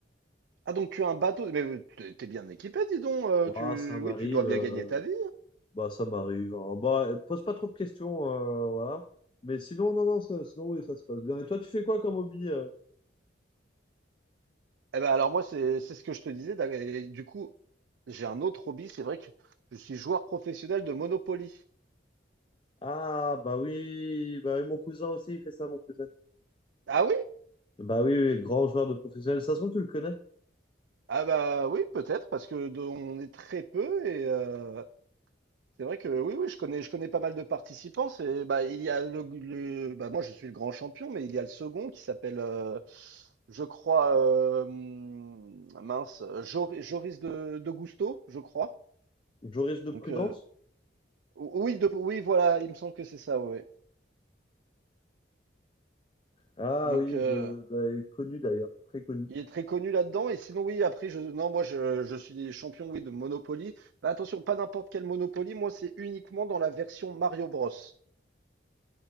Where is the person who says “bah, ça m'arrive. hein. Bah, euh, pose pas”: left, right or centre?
Left